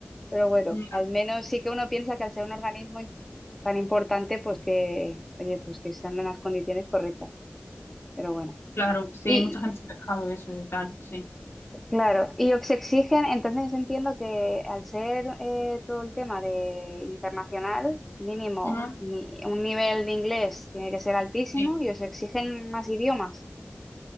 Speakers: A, in the centre; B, on the left.
A: Pero bueno,
B: ya,
A: al menos sí que uno piensa que al ser un organismo tan importante, pues que, oye, pues que sean unas condiciones correctas, pero bueno.
B: claro, sí,
A: Y
B: mucha gente se ha quejado de eso y tal, sí.
A: claro, y os exigen, entonces entiendo que al ser eh, todo el tema de internacional, mínimo,
B: Ujú,
A: ni- un nivel de inglés tiene que ser altísimo
B: sí.
A: y os exigen más idiomas.